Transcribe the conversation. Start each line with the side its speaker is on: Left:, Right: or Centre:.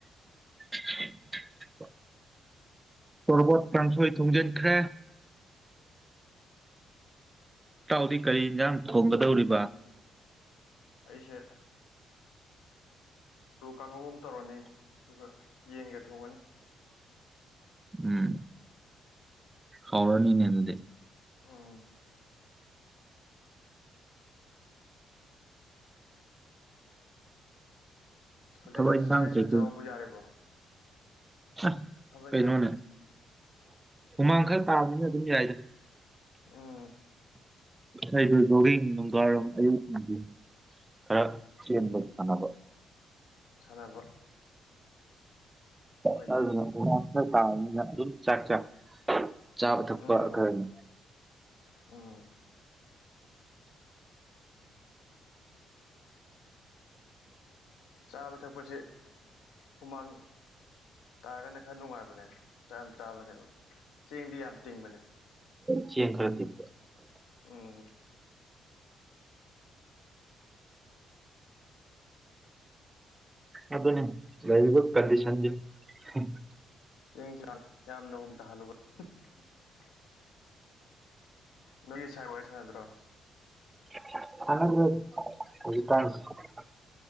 Right: INAUDIBLE ꯇꯣꯔꯕꯣꯠ ꯀꯥꯡꯊꯣꯏ ꯊꯨꯡꯖꯤꯟꯈ꯭ꯔꯦ ꯇꯥꯎꯗꯤ ꯀꯔꯤ ꯌꯦꯟꯁꯥꯡ ꯊꯣꯡꯒꯗꯧꯔꯤꯕ
Left: ꯑꯩꯁꯦ ꯑꯗꯨ ꯀꯥꯡꯉꯧ ꯑꯃ ꯇꯧꯔꯅꯤ ꯑꯗꯨꯒ ꯌꯦꯟꯒ ꯊꯣꯡꯉꯅꯤ
Right: ꯎꯝ ꯍꯎꯔꯅꯤꯅꯦ ꯑꯗꯨꯗꯤ
Left: ꯑꯣ ꯍꯧꯖꯤꯛꯀꯥꯟꯁꯤ
Right: ꯊꯕꯛ ꯏꯟꯈꯥꯡ
Left: ꯆꯥꯛ ꯌꯦꯟꯁꯥꯡ
Right: ꯀꯩ
Left: ꯆꯥꯕꯕꯨ ꯌꯥꯔꯤꯕ꯭ꯔꯣ
Right: ꯑꯥ
Left: ꯊꯕꯛ
Right: ꯀꯩꯅꯣꯅꯦ
Left: ꯏꯪꯈꯥꯡ
Right: ꯍꯨꯃꯥꯡ ꯈꯔ ꯇꯕꯥꯖꯨ ꯑꯗꯨꯝ ꯌꯥꯏꯗ
Left: ꯎꯝ
Right: ꯑꯩꯁꯨ ꯖꯣꯒꯤꯡ ꯅꯨꯡꯗꯥꯡꯋꯥꯢꯔꯝ ꯑꯌꯨꯛ ꯁꯨꯡꯗꯤ ꯈꯔ ꯆꯦꯟꯕ
Left: ꯎꯝ
Right: ꯁꯥꯟꯅꯕ
Left: ꯁꯥꯟꯅꯕ
Right: <inaudible>
Left: ꯍꯣꯏꯅꯦ
Right: ꯈꯔ ꯇꯥꯕꯅꯤꯅ ꯑꯗꯨꯝ ꯆꯥꯛ ꯆꯥꯛ ꯆꯥꯕ ꯊꯛꯄ
Left: ꯎꯝ
Right: ꯈꯔꯅꯤ
Left: ꯎꯝ ꯆꯥꯕ ꯊꯛꯄꯁꯦ ꯍꯨꯃꯥꯡ ꯇꯥꯔꯒꯅ ꯈꯔ ꯅꯨꯡꯉꯥꯏꯕꯅꯦ ꯆꯥꯛ ꯌꯥꯝ ꯆꯥꯕꯒꯤ ꯆꯦꯡꯗꯤ ꯌꯝꯅ ꯇꯤꯡꯕꯅꯦ
Right: ꯆꯡ ꯈꯔ ꯇꯤꯡ
Left: ꯎꯝ
Right: ꯑꯗꯨꯅꯤ ꯂꯩꯔꯤꯕ ꯀꯟꯗꯤꯁꯟꯁꯤ ꯍꯝ
Left: <unintelligible> ꯌꯝꯅ <unintelligible> ꯅꯪ ꯅꯣꯏ ꯁꯥꯏ ꯋꯥꯔꯤ ꯁꯥꯟꯅꯗ꯭ꯔꯣ
Right: <unintelligible>